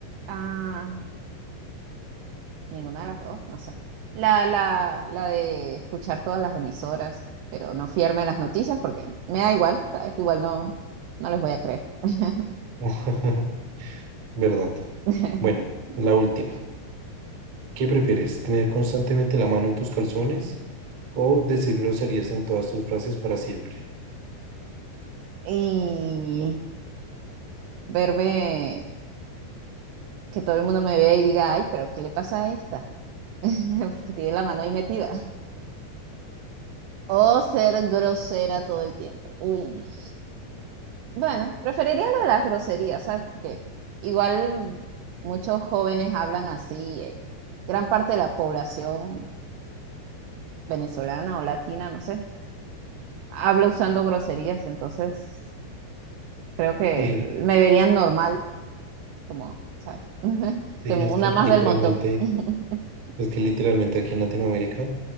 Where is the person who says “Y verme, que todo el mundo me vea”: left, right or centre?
Right